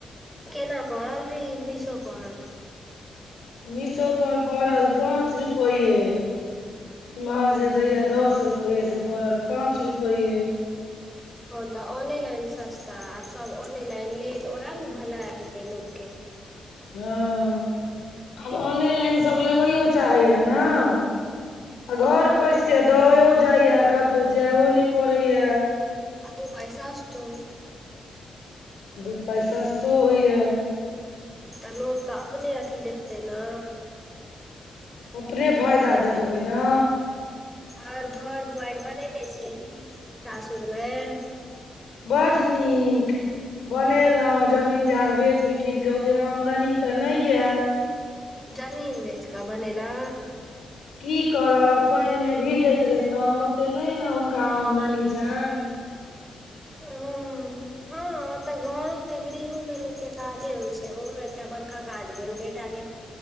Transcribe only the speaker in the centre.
केना परल रील मिशु पर- -
तहन तऽ ऑनेलाइन सस्ता आ सब ऑनेलाइन ले तऽ ओएह मे भला हेतै लोकके- -
हँ
अ दो पाई सतौ- -
तऽ लोक तऽ अपने अथी देखते न।
और घर दुआईर बननेे छी सासुरमे- -
जमीन बेच का बनैलै।
ओ हँ- - हां तऽ घरो के गृहो के लोकके काजे होइ छै हां एकटा बड़का काज भेल बेटा के- -